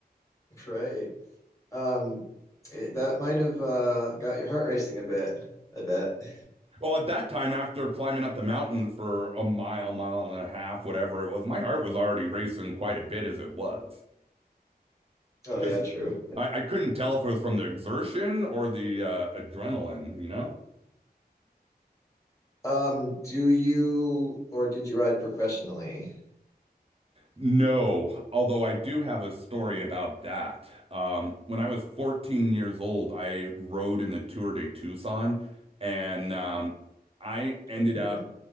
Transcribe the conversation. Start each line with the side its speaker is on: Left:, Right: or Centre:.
Left: Great. Um, it, that might have uh got your heart racing a bit, I bet. <laughs>
Right: Well, at that time, after climbing up the mountain for a mile, mile and a half, whatever it was, my heart was already racing quite a bit as it was.
Left: Oh
Right: Just
Left: yeah, true.
Right: I, I couldn't tell if it was from the exertion or the uh, adrenaline, you know?
Left: Um, do you or did you ride professionally?
Right: No, although I do have a story about that. Um, when I was 14 years old, I rode in the Tour de Tucson, and um, I ended
Left: Oh, interesting.
Right: up